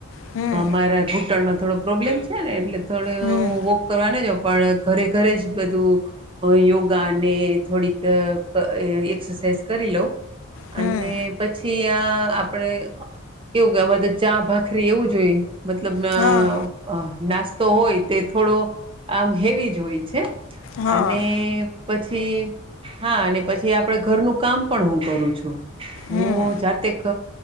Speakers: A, on the left (about 65°); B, on the right (about 25°).
A: હમ
B: મારા અ ઘૂંટણમાં થોડો પ્રોબ્લેમ છે ને એટલે થોડ
A: હમ
B: હું વોક કરવાને પણ ઘરે ઘરે જ બધું યોગાને થોડીક એરસાઝ કરી લો
A: હમ
B: અને પછી ત્યાં આપડે કેવું કે અમારે તો ચા ભાખરી એવું જોઈએ મતલબ
A: હા
B: અ નાસ્તો હોય તે થોડો આમ હેવી જ હોય છે
A: હા
B: અને પછી હા અને પછી આપ આપડ ઘરનું કામ પણ હું કરું છું હું
A: હમ
B: જાતેક